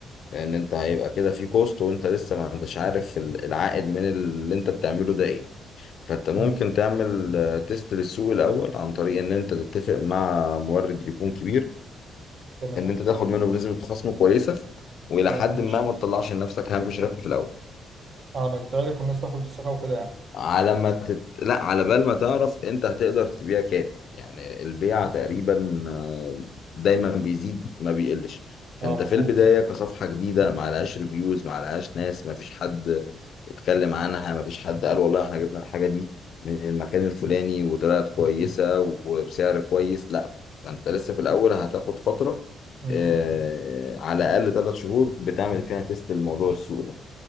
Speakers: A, on the left; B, on the right.
A: لان انت هيبقى كده في كوست وانت لسه ما انتش عارف ال- العائد من اللي انت بتعمله ده ايه فانت ممكن
B: امم
A: تعمل آه، تيست للسوق الاول عن طريق ان انت تتفق مع مورد يكون كبير
B: تمام
A: ان انت تاخد منه بنسبة خصم كويسة والى
B: تمام
A: حد
B: ماشي
A: ما ما تطلعش لنفسك هامش ربح في الاول
B: على ما تتعرف والناس تاخد الثقه وكده يعني
A: على ما تت... لا على بال ما تعرف انت هتقدر تبيع كام يعني البيع تقريبا آه، دايما بيزيد ما بيقلش فانت
B: اه المفروض
A: في البداية كصفحة جديدة ما لهاش ريفيوز ما لهاش ناس ما فيش حد اتكلم عنها ما فيش حد قال والله احنا جبنا الحاجة دي من المكان الفلاني وطلعت كويسة وبسعر كويس لا فانت لسه في الاول هتاخد فترة
B: امم
A: آه، على الاقل ثلاث شهور بتعمل فيها تيست الموضوع السوق ده